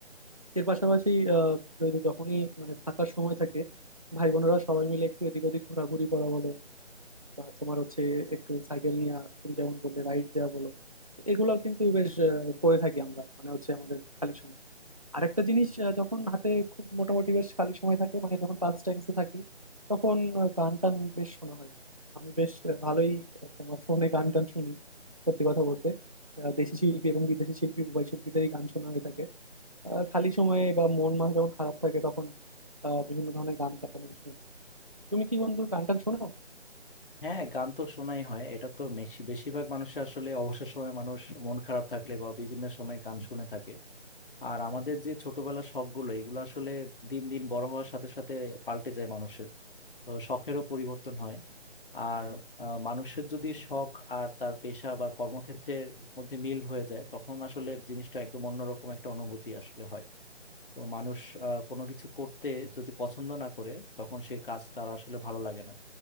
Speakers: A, on the right; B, on the left.
A: এর পাশাপাশি আহ, যদি যখনই মানে ফাঁকা সময় থাকে ভাই বোনেরা সবাই মিলে একটু এদিক ওদিক ঘোরাঘুরি করা বলো বা তোমার হচ্ছে একটু সাইকেল নিয়ে তুমি যেমন বললে রাইড দেওয়া বলো এগুলো কিন্তু বেশ আহ, করে থাকি আমরা মানে হচ্ছে আমাদের খালি সময় আরেকটা জিনিস আহ, যখন হাতে খুব মোটামুটি বেশ খালি সময় থাকে মানে যখন পাস টাইমসে থাকি তখন আহ, গান টান বেশ শোনা হয় আমি বেশ আহ, ভালোই আহ, তোমার ফোনে গান টান শুনি সত্যি কথা বলতে আহ, দেশি শিল্পী এবং বিদেশি শিল্পী উভয় শিল্পীদেরই গান শোনা হয়ে থাকে আহ, খালি সময়ে বা মন মাঝে যখন খারাপ থাকে তখন আহ, বিভিন্ন ধরনের গান টান আমি শুনি তুমি কি বন্ধু গান টান শোনো
B: হ্যাঁ গান তো শোনাই হয় এটা তো মেশ- বেশিরভাগ মানুষের আসলে অবসর সময়ে মানুষ মন খারাপ থাকলে বা বিভিন্ন সময় গান শুনে থাকে আর আমাদের যে ছোটবেলার শখ গুলো এগুলো আসলে দিন দিন বড় হওয়ার সাথে সাথে পাল্টে যায় মানুষের তো শখেরও পরিবর্তন হয় আর আহ, মানুষের যদি শখ আর তার পেশা বা কর্মক্ষেত্রের মধ্যে মিল হয়ে যায় তখন আসলে জিনিসটা একদম অন্যরকম একটা অনুভূতি আসলে হয় তো মানুষ আহ, কোনো কিছু করতে যদি পছন্দ না করে তখন সে কাজ তার আসলে ভালো লাগে না